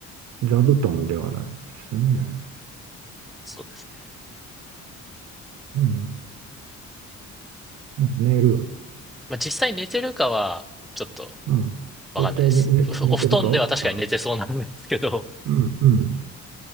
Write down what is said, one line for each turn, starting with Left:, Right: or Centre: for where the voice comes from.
Right: 座布団ではないですね。
Centre: そうですね。
Right: うん。寝る。
Centre: まあ、実際寝てるかは、ちょっと、
Right: うん。
Centre: わかんないです。
Right: 絶対に寝て、
Centre: ふふお布団では確かに寝てそうなんですけど、
Right: 寝てるかわからん。うん、うん、